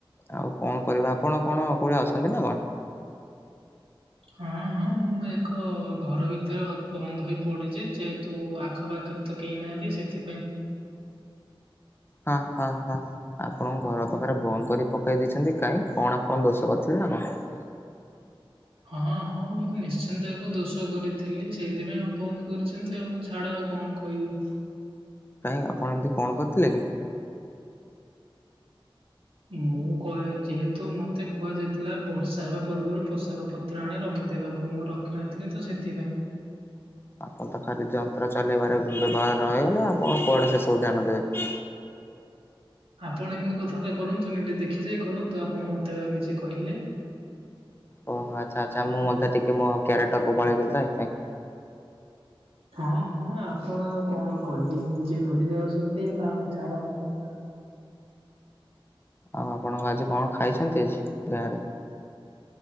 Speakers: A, on the left; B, on the right.
A: ଆଉ କଣ କରିବା ଆପଣ କଣ କୋଉଠି ଅଛନ୍ତି ନା କଣ?
B: ହଁ ହଁ ମୁଁ ମୁଁ ଏକ ଘର ଭିତରେ ବନ୍ଦ ହୋଇ ପଡିଛି ଯେହେତୁ ଆଖପାଖରେ ତ କେହି ନାହାଁନ୍ତି ସେଥିପାଇଁ।
A: ହା ହା ହା। ଆପଣଙ୍କ ଘର ପାଖରେ ବନ୍ଦ କରି ପକେଇ ଦେଇଛନ୍ତି। କାଇଁ କଣ ଆପଣ ଦୋଷ କରିିଥିଲେ ନା କଣ?
B: ହଁ ହଁ ମୁଁ ନିଶ୍ଚିନ୍ତ ଏକ ଦୋଷ କରିଥିଲି, ସେଇଥିପାଇଁ ବନ୍ଦ କରିଛନ୍ତି ଆଉ ମୁଁ ଛାଡ ଆଉ କଣ କ କଇବି।
A: କାଇଁ ଆପଣ ଏମିତି କଣ କରିଥିଲେ କି?
B: ମୁଁ କଇଆ ଯେହେତୁ ମତେ କୁହାଯାଇଥିଲା ବର୍ଷା ହେବା ପୂର୍ବରୁ ପୋଷାକ ପ ତ୍ର ଆଣି ରଖିଦେବାକୁ ମୁଁ ରଖିନଥିଲି ତ ସେଥିପାଇଁ।
A: ଆପଣ ତ ଖାଲି ଯନ୍ତ୍ର ଚଲେଇବାରେ ବ୍ୟବହାର ରହିଗଲେ ଆପଣ କୁଆଡେ ସେ ସବୁ ଧ୍ୟାନ ଦେବେ।
B: ଆପଣ ଏମିତି କଥାବାର୍ତ୍ତା କରନ୍ତୁ ନି ଟିକେ ଦେଖି ଯାଇ କରନ୍ତୁ ଆପଣ ମତେ ବା ନିଜେ କହିଲେ।
A: ଓହୋ ଆଚ୍ଛା ଆଚ୍ଛା ମୁଁ ମଧ୍ୟ ଟିକେ ମୋ କ୍ୟାରେକ୍ଟରକୁ ପଳେଇଥିଲି ତ ସେଥିପାଇଁ।
B: ହଁ ହଁ ଆପଣ ଆଉ କଣ କହିବେ ନିଜେ ଭୁଲି ଯାଉଛନ୍ତି ଆଉ ଛାଡ଼ନ୍ତୁ।
A: ଆଉ ଆପଣଙ୍କ ଆଜି କଣ ଖାଇଛନ୍ତି ଆଜି ଗାଁ ରେ?